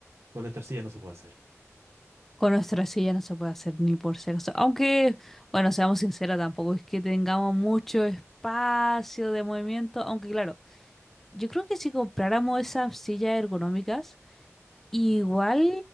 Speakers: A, on the right (about 55°); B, in the centre.
A: con nuestras sillas no se puede hacer.
B: Con nuestra silla no se puede hacer ni por si acaso. Aunque, bueno, seamos sinceros, tampoco es que tengamos mucho espacio de movimiento. Aunque, claro, yo creo que si compráramos esas sillas ergonómicas,
A: Ujú.
B: igual,